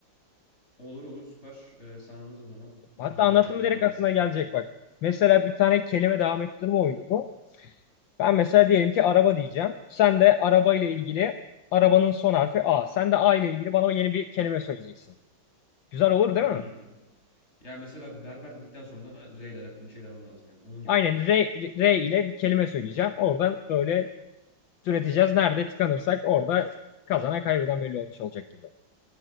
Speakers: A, on the left; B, on the left.
A: Olur olur süper. Ee, sen anlat o zaman. Ben
B: Hatta
A: oynarım
B: anlattım
A: ya. Ben
B: mı direkt
A: de bayağı
B: aklına
A: sıkıldım.
B: gelecek bak. Mesela bir tane kelime devam ettirme oyunu bu. Ben mesela diyelim ki araba diyeceğim. Sen de araba ile ilgili arabanın son harfi A. Sen de A ile ilgili bana yeni bir kelime söyleyeceksin. Güzel olur değil
A: Hmm.
B: mi?
A: Ya mesela berber dedikten sonra R ile alakalı bir şey demem lazım yani. Onun gibi.
B: Aynen R, R ile bir kelime söyleyeceğim. Oradan böyle üreteceğiz. Nerede tıkanırsak orada kazanan kaybeden belli olmuş olacak gibi.